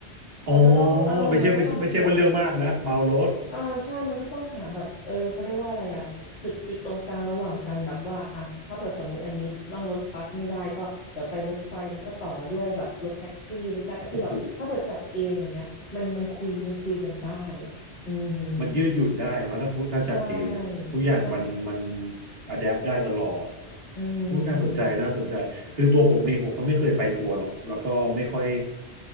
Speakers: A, on the right; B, on the left.
A: อ๋อ
B: มันก็ต้องอ่ามันก็ต้องหา
A: ไม่ใช่ไม่ใช่ไม่ใช่ว่าเรื่องมากนะเมารถ
B: อ่าใช่มันก็ต้องหาแบบเออเขาเรียกว่าอะไรอะจุดจุดตรงกลางระหว่างกันแบบว่าอ่ะถ้าเปิดสมมติอันนี้นั่งรถบัสไม่ได้ก็เดี๋ยวไปรถไฟแล้วก็ต่อด้วยแบบรถแท็กซี่หรือกันก็คือแบบถ้าเปิดจัดเองอย่างเงี้ยมันมันคุยมันคุยกันได้อ่ะอือหือ
A: โอ้โห มันยืดหยุ่นได้เนาะถ้าคุถ้าจัดเองอะทุกอย่างมันมัน
B: ใช่ใช่
A: อะแดปได้ตลอด
B: อื
A: อู้น่าสนใจน่าสนใจคือตัวผมเองผมก็ไม่เคยไปทัวร์หรอกแล้วก็ไม่ค่อย
B: ม